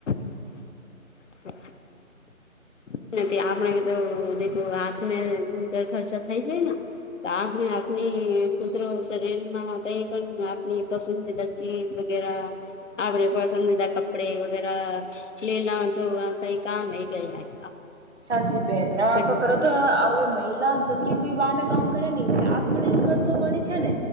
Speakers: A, on the left; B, on the right.
A: <inaudible> નથી આપણે તો દેખો હાથને ઘર ખર્ચા થઈ જાય ના. તો આપને આપની કુદરો શરીરના કઈ પણ આપણી પસંદીદા ચીજ વગે રા, આપણે પસંદીદા કપડે વગેરા લેલા જોવા કઈ કામ <unintelligible>
B: સાચી બેેન, <unintelligible>
A: બધું
B: ના જેતરી બી બહાને કામ કરે ઈ આત્મનિર્ભર તો બને છે ને